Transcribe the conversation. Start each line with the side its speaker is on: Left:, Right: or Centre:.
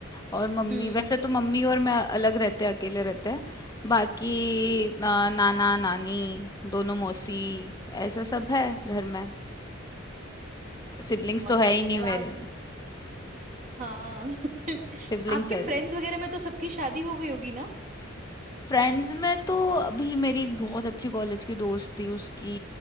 Left: और मम्मी
Right: हम्म
Left: वैसे तो मम्मी और मैं अलग रहते हैं अकेले रहते हैं बाकी
Right: हम्म,
Left: ना, नाना नानी दोनों मौसी ऐसा सब है घर में सिबलिंग्स
Right: बहुत
Left: तो है
Right: बढ़िया
Left: ही नहीं
Right: यार
Left: मेरे
Right: आप हाँ <laughs>
Left: सिबलिंग्स
Right: आपके
Left: है
Right: फ्रेंड्स वगैरह में तो सबकी शादी हो गई होगी ना
Left: फ्रेंड्स में तो अभी मेरी एक बहुत अच्छी कॉलेज की दोस्त थी उसकी